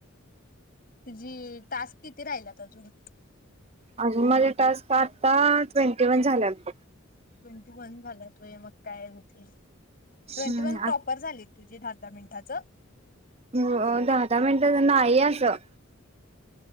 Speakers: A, on the left (about 45°); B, on the right (about 30°).
A: तुझी टास्क किती राहिल्यात अजून.
B: अजून माझे टास्क आता ट्वेंटी वन झाल्यात बघ.
A: ट्वेंटी वन झाल्यात व्हय, मग काय होतील.
B: हम्म
A: ट्वेंटी वन प्रॉपर झालीत तुझी दहा दहा मिनटाचं.
B: अ अ दहा दहा मिनटाचं नाई असं.